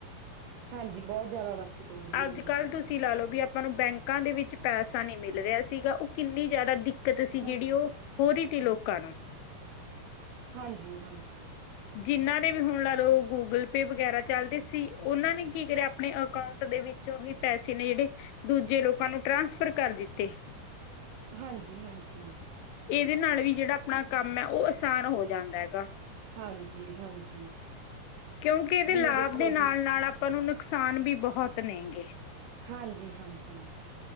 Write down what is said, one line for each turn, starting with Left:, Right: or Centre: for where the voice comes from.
Right: ਹਾਂਜੀ। ਬਹੁਤ ਜ਼ਿਆਦਾ ਬੱਚਤ ਹੋ ਰਹੀ
Left: ਅੱਜ
Right: ਹੈ ਜੀ
Left: ਕੱਲ੍ਹ ਤੁਸੀਂ ਲਾ ਲੋਓ ਵੀ ਆਪਾਂ ਨੂੰ ਬੈਂਕ ਲੋਕਾਂ ਦੇ ਵਿੱਚ ਪੈਸਾ ਨਹੀਂ ਮਿਲ ਰਿਹਾ ਸੀਗਾ। ਉਹ ਕਿੰਨੀ ਜ਼ਿਆਦਾ ਦਿੱਕਤ ਸੀ।
Right: ਹਾਂ
Left: ਜਿਹੜੀ ਉਹ ਹੋਰ ਤੇ ਲੋਕ ਕਾਰਨ-
Right: ਹਾਂਜੀ- ਹਾਂਜੀ।
Left: ਜਿੰਨਾਂ ਦੇ ਵੀ ਹੁਣ ਲਾ ਲਓ, ਗੂਗਲ ਪੇ ਵਗੈਰਾ ਚੱਲਦੇ ਸੀ। ਉਹਨਾਂ ਨੇ ਕੀ ਕਰਿਆ ਆਪਣੇ ਅਕਾਊਂਟ ਦੇ ਵਿੱਚੋਂ ਹੀ ਪੈਸੇ ਨੇ, ਜਿਹੜੇ ਦੂਜੇ ਲੋਕਾਂ ਨੂੰ ਟ੍ਰਾਂਸਫਰ ਕਰ ਦਿੱਤੇ।
Right: ਹਾਂਜੀ -ਹਾਂਜੀ
Left: ਇਹਦੇ ਨਾਲ ਵੀ ਜਿਹੜਾ ਆਪਣਾ ਕੰਮ ਹੈ, ਉਹ ਆਸਾਨ ਹੋ ਜਾਂਦਾ ਹੈਗਾ।
Right: ਹਾਂਜੀ ਹਾਂਜੀ
Left: ਕਿਉਂਕਿ, ਇਹਦੇ
Right: ਜਿਵੇਂ
Left: ਲਾਭ
Right: ਦੇਖੋ
Left: ਦੇ ਨਾਲ-
Right: ਜੀ
Left: ਨਾਲ ਆਪਾਂ ਨੂੰ ਨੁਕਸਾਨ ਵੀ ਬਹੁਤ ਨੇਗੇ।
Right: ਹਾਂਜੀ -ਹਾਂਜੀ।